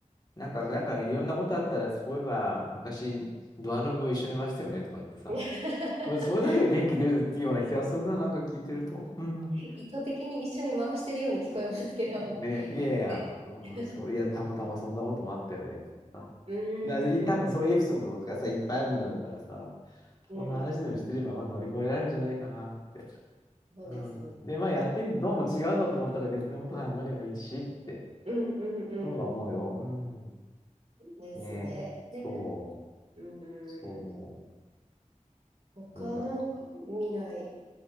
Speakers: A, on the left (about 30°); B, on the right (about 50°).
A: う。なんか、
B: なん
A: なんかいろんなことあったら、そういえば昔、ドアノブを一緒にいましたよねとか言ってさ。
B: <laughs>、
A: それ、それだけで元気出るっていうような気がするな、なんか聞いてると。うん。
B: 意図的に一緒に回してるように聞こえますけど、
A: ね、いやいや、
B: 偶然に
A: うん、そう、いや、たまたまそんなこともあったよねってさ。
B: うーん、
A: だ、多分そういうエピソードがさ、いっぱいあるんだろうからさ、
B: うん、
A: そんな話でもしてれば、まあ乗り越えられるんじゃないかなって。
B: そうですね。
A: うん。で、まあやってみてどうも違うぞと思ったら別のこと考えればいいしって、
B: うんうんうん。
A: そうは思うよ。うん。
B: ですね。
A: ね、そう、
B: ねうーん。
A: そう思う。
B: 他なんか未来。
A: ね、だか